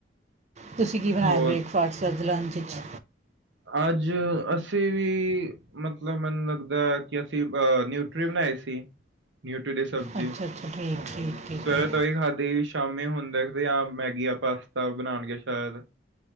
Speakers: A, on the right; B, on the right.
A: ਤੁਸੀਂ ਕੀ ਬਣਾਇਆ
B: ਹੋਰ
A: ਬ੍ਰੇਕਫਾਸਟ ਚ ਅੱਜ। ਲੰਚ ਚ
B: ਅੱਜ ਅਸੀਂ ਵੀ ਮਤਲਬ ਮੈਨੂੰ ਲੱਗਦਾ ਕਿ ਅਸੀਂ ਅਹ ਨਿਊਟਰੀ ਬਣਾਏ ਸੀ। ਨਿਊਟਰੀ ਡੇ ਸਬਜ਼ੀ
A: ਅੱਛਾ ਅੱਛਾ ਠੀਕ ਠੀਕ ਠੀਕ
B: ਸਵੇਰੇ
A: ਹੈ
B: ਤੋਂ ਹੀ ਖਾਧੀ ਸ਼ਾਮੀ ਹੁਣ ਦੇਖਦੇ ਹਾਂ ਮੈਗੀ ਆਪ ਪਾਸਤਾ ਬਣਾਣਗੇ ਸ਼ਾਇਦ